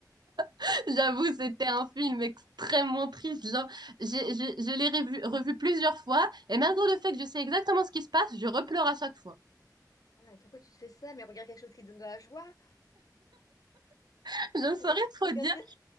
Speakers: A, on the right (about 80°); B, on the left (about 55°).
A: <laughs> j'avoue, c'était un film extrêmement triste. Genre, j'ai, j'ai- je l'ai revu, revu plusieurs fois, et malgré le fait que je sais exactement ce qui se passe, je repleure à chaque fois.
B: Ah non, mais pourquoi tu te fais ça? Mais regarde quelque chose qui te donne de la joie.
A: <laughs> Je ne
B: Faut
A: saurais
B: regarder, faut
A: trop
B: regarder
A: dire.